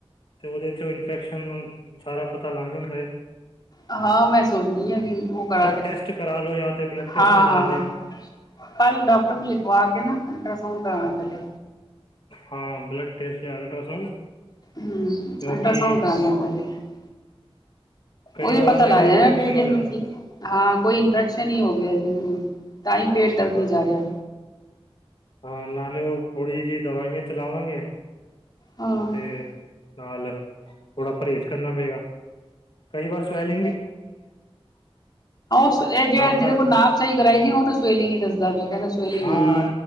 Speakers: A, on the left; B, on the left.
A: ਤੇ ਓਦੇ ਚ ਇਨਫੈਕਸ਼ਨ ਸਾਰਾ ਪਤਾ ਲਾੱਗ ਜਾਂਦਾ ਏ।
B: ਹਾਂ, ਮੈਂ ਸੋਚਦੀ ਆ ਕਿ ਓ ਕਰਾਕੇ
A: ਟੈਸਟ ਕਰਾ ਲੋ ਜਾਂ ਤੇ ਬਲੱਡ ਟੈਸਟ
B: ਹਾਂ,
A: ਚ
B: ਹਾਂ।
A: ਆ ਜਾਏਗਾ
B: ਕਾੱਲ ਡੋਕਟਰ ਕੋ ਲਿਖਵਾ ਕੇ ਨਾ, ਅਲਟਰਾਸਾਊਂਡ ਕਰਾਣਾ ਪੈਲੇ
A: ਹਾਂ, ਬਲੱਡ ਟੈਸਟ ਯਾ ਅਲਟਰਾਸਾਊਂਡ,
B: ਹੂੰ
A: ਕਯੋਂਕਿ
B: <unintelligible>
A: ਕਈ
B: ਓਯੋ
A: ਵਾਰ
B: ਪਤਾ
A: ਜਿਹੜਾ
B: ਲੱਗ ਜੇ
A: ਇਨਫੈਕਸ਼ਨ
B: ਪੇਟ ਨੀ
A: ਹੋ ਜਾਂਦਾ
B: ਠੀਕ, ਹਾਂ ਕੋਈ ਇਨਫੈਕਸ਼ਨ ਈ ਹੋਗੇਆ ਜਰੂਰ ਤਾਂਈ ਪੇਟ ਦਰਦ
A: ਹਾਂ
B: ਨੀ ਜਾ ਰੇਆ।
A: ਹਾਂ ਨਾਲੇ ਓ ਥੋੜੀ ਜੀ ਦਵਾਈਆਂ ਚਲਾਵਾਂਗੇ,
B: ਹਾਂ
A: ਤੇ- ਨਾਲ ਥੋੜਾ ਪਰੇਜ਼ ਕਰਨਾ ਪਏਗਾ, ਕਈ ਵਾਰ ਸਵੇਲ
B: <unintelligible> ਸਈ
A: ਤਾਂ ਕਰਕੇ
B: ਕਰਾਈ ਸੀ ਓ ਤੇ ਸਵੇਲਿਗਂ ਈ ਦੱਸਦਾ ਵੇ। ਕਹਿੰਦਾ ਸਵੈਲਿੰਗ
A: ਹਾਂ,
B: ਹੋ ਗਈ